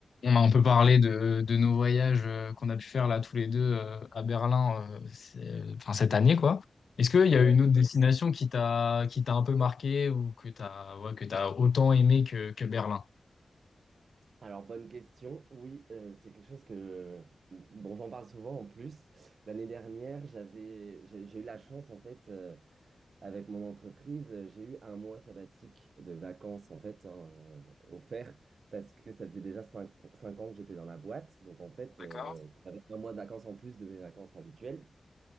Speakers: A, on the left; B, on the right.
A: On a un peu parlé de, de nos voyages euh, qu'on a pu faire là tous les deux euh, à Berlin euh, c'est- enfin, cette année quoi. Est-ce qu'il y
B: Ouais,
A: a une autre destination qui t'a qui t'a un peu marqué ou que t'as ouais, que t'as autant aimé que, que Berlin?
B: alors bonne question. Oui, euh, c'est quelque chose que, dont j'en parle souvent en plus. L'année dernière, j'avais, j'ai j'ai eu la chance en fait, euh, avec mon entreprise, euh, j'ai eu un mois sabbatique de vacances en fait, hein, euh, offert parce que ça faisait déjà cinq cinq ans que j'étais dans la boîte. Donc en fait,
A: D'accord.
B: euh, j'avais un mois de vacances en plus de mes vacances habituelles.